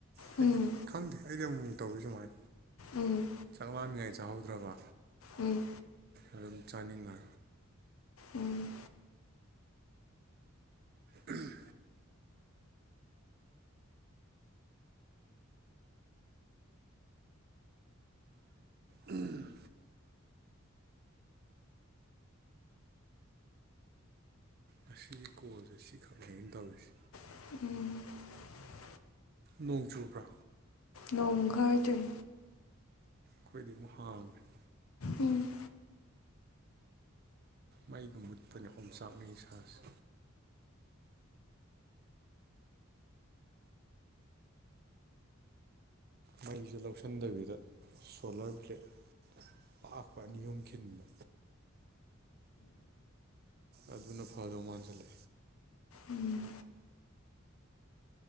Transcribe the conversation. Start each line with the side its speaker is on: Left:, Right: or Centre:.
Right: ꯍꯥꯏꯗꯤ
Left: ꯎꯝ
Right: ꯈꯪꯗꯦ ꯑꯩꯗꯤ ꯑꯃꯨꯛ ꯇꯧꯔꯤ ꯁꯨꯃꯥꯏ
Left: ꯎꯝ
Right: ꯆꯥꯛ ꯃꯥꯟꯉꯥꯏ ꯆꯥꯍꯧꯗ꯭ꯔꯕ
Left: ꯎꯝ
Right: ꯑꯗꯨꯝ ꯆꯥꯅꯤꯡꯉꯦ
Left: ꯎꯝ
Right: ꯎꯝ ꯎꯝ ꯉꯥꯁꯤꯒꯤ ꯀꯣꯜꯖꯦ ꯁꯤ ꯈꯛꯅꯦ ꯑꯩꯅꯥ ꯇꯧꯔꯤꯖꯦ
Left: <inaudible>
Right: ꯅꯣꯡ ꯆꯨꯕ꯭ꯔꯥ
Left: ꯅꯣꯡ ꯈꯔꯥ ꯆꯨꯏ
Right: ꯈꯣꯏꯗꯤꯃꯨꯛ ꯍꯥꯡꯈ꯭ꯔꯦ
Left: ꯎꯝ
Right: ꯃꯩꯒ ꯃꯨꯠꯄꯅꯦ ꯑꯣꯝꯆꯥꯛꯅꯩ ꯏꯁꯥꯁꯦ ꯃꯩꯁ ꯂꯧꯁꯤꯟꯗꯕꯤꯗ ꯁꯣꯂꯔ ꯄ꯭ꯂꯦꯠ ꯄꯥꯛꯄ ꯑꯅꯤ ꯑꯍꯨꯝ ꯈꯤꯟꯕ ꯑꯗꯨꯅ ꯐꯗꯧ ꯃꯥꯟꯁꯤꯜꯂꯦ
Left: ꯎꯝ